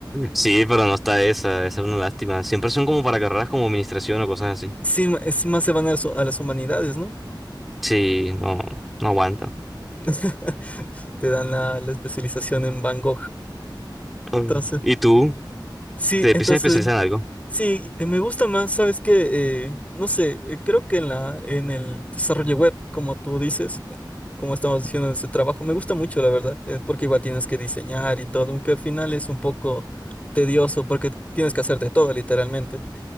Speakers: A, in the centre; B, on the left.
A: Sí, pero no está esa, esa es una lástima. Siempre son como para carreras como administración o cosas así.
B: Sí, ma- es más se van a, las a las humanidades, ¿no?
A: Sí, no, no aguanta.
B: <laughs> Te dan la, la especialización en Van Gogh.
A: Mm.
B: Entonces,
A: ¿Y tú?
B: Sí,
A: te empiezas
B: entonces,
A: a especializar en algo.
B: sí, eh, me gusta más, ¿sabes que no sé, eh, creo que en la, en el desarrollo web, como tú dices, eh, como estamos diciendo en ese trabajo, me gusta mucho, la verdad, eh, porque igual tienes que diseñar y todo, aunque al final es un poco tedioso porque tienes que hacerte todo, literalmente.